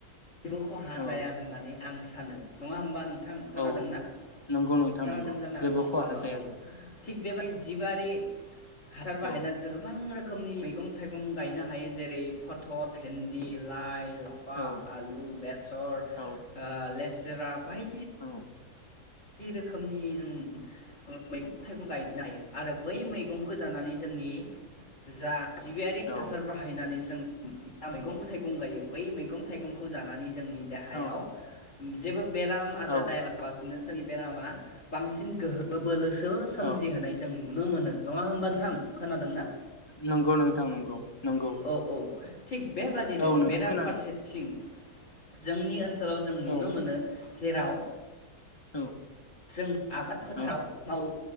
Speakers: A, on the left; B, on the left.
A: बो खहा
B: औ
A: जाया होननानै आं सा सानो नङा होमबा नों थां खोनादोंना?
B: औ नंगौ नोंथां
A: खोनादों
B: नंगौ
A: जानो
B: जेबो
A: हागौ नोंथाङा
B: खहा जाया
A: औ। थिग बेबाय जिबारि हासार बाहायना
B: औ
A: जों गोबां रो रोखोमनि मैगं थाइगं गायनो हायो जेरै फथल, भेन्दि, लाइ लाफा
B: औ
A: आलु, बेसर,
B: औ
A: ओ ले राबाय
B: औ।
A: रोखोमनि जों मैगं थाइगं गायनो हायो। आरो बै मैगंखौ बो जानानै जोंनि जा जिबियारि
B: औ
A: हासार बाहायनानै जों मैगं थाइगं गायो बै मैगं थाइगंखौ जानानै जोंनि देहायाव
B: औ
A: जेबो बेराम आजार
B: औ
A: जायालाबासिनो जोंनि बेरामा बांसिन गोहो बोलो सो सोमजिहोनाय
B: औ
A: जों नुनो मोनो नङा होमबा नोथां, खोनादों ना?
B: नंगौ नोंथां नंगौ नंगौ।
A: औ औ थिग बेबादिनो
B: औ नोंथां
A: बेराफारसेथिं
B: खोनादों
A: जोंनि ओन सोलाव जों नुनो
B: औ
A: मोनो जेराव
B: औ।
A: जों आबाद फोथाराव
B: औ
A: मावो